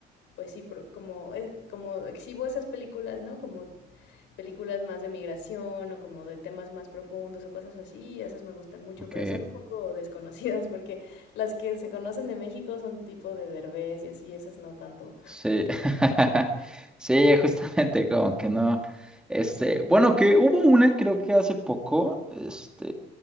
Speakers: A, on the left; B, in the centre.
A: pues sí, pro- como, eh, como exhibo esas películas, ¿no? Como películas más de migración o como de temas más profundos o cosas así, y esas me gustan mucho,
B: ok.
A: pero son un poco <laughs> desconocidas porque las que se conocen de México son tipo de Derbez y así, esas no tanto.
B: Sí, <laughs> sí, justamente como que no. Este, bueno, que hubo una, creo que hace poco, este,